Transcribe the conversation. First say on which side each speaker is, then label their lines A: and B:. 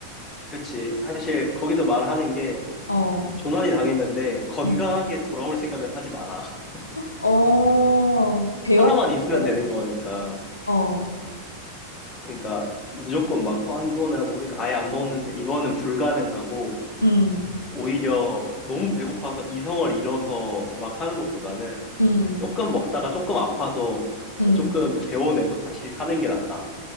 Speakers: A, on the left (about 20°); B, on the left (about 80°).
A: 그치. 사실 거기서 말하는 게
B: 어,
A: 조난이 당했는데 건강하게
B: 응.
A: 돌아올 생각은 하지 마라. <laughs>
B: 어, 배워보고
A: 살아만 있으면
B: 싶다.
A: 되는 거니까.
B: 어,
A: 그러니까 무조건 막, 아, 이거 내가 모르니까 아예 안 먹는데 이거는 불가능하고
B: 음,
A: 오히려 너무 배고파서 이성을 잃어서 막 하는 것보다는
B: 음,
A: 조금 먹다가 조금 아파서
B: 음.
A: 뭐 조금 개워내고 다시 사는 게 낫다.